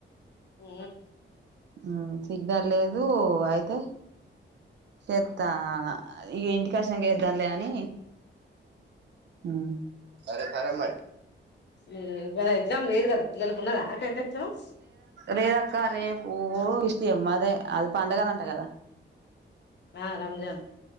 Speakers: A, on the left (about 60°); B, on the right (about 65°).
A: ఉ
B: హ్మ్ సిగ్నల్ లేదు అయితే సెతన్నా ఇ ఇంటి కాడ సంగే ఎద్దాం లే అని ఉ
A: హ్మ్ ఇయాల ఎగ్జామ్ లేదు కదా పిల్లలకు ఉన్నదా టెన్త్ ఎగ్జామ్
B: రేదక్క రేపూ ఇస్టియం అదే అది పండగ అంట కదా
A: ఆ రంజాన్